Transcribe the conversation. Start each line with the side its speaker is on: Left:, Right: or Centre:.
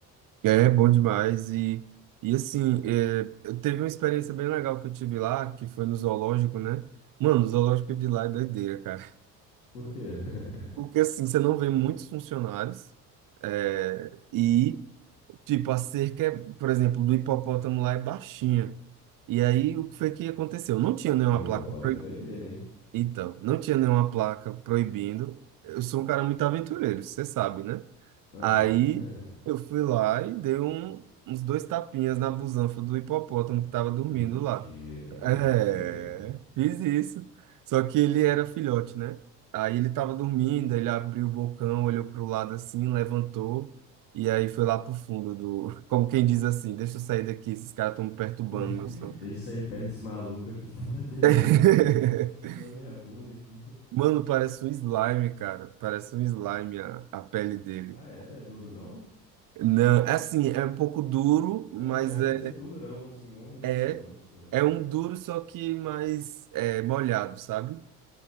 Right: É bom demais. E, e assim, é, eu teve uma experiência bem legal que eu tive lá, que foi no zoológico, né? Mano, o zoológico de lá é doideira, cara.
Left: Por quê? <laughs>
Right: Porque assim, você não vê muitos funcionários. É, e Tipo, a cerca, é, por exemplo, do hipopótamo lá é baixinha. E aí, o que foi que aconteceu? Não tinha nenhuma
Left: Pô, hipopótamo
Right: placa. proi-
Left: é doideira, hein?
Right: Então, não tinha nenhuma placa proibindo. Eu sou um cara muito aventureiro, você sabe, né?
Left: Aham.
Right: Aí
Left: <laughs>
Right: eu fui lá e dei um- uns dois tapinhas na busanfa do hipopótamo que tava dormindo
Left: Mentira,
Right: lá.
Left: mentira.
Right: É, fiz isso. Só que ele era filhote, né? Aí ele tava dormindo, ele abriu o bocão, olhou pro lado assim, levantou e aí foi lá pro fundo do, <laughs> como quem diz assim, deixa eu sair daqui, esses caras estão me perturbando,
Left: <laughs>
Right: meu sono.
Left: Deixa eu sair perto desse maluco aqui que tá batendo
Right: <laughs>
Left: na minha bunda, na, na minha bunda aqui.
Right: Mano, parece um slime, cara. Parece um slime a, a pele dele.
Left: Ah, é? Não é duro, não?
Right: Não, é assim, é um pouco duro, mas
Left: Eu achava
Right: é
Left: que ia ser durão, assim, igual um rinoceronte,
Right: É,
Left: sei lá.
Right: é um duro, só que mais é, molhado, sabe?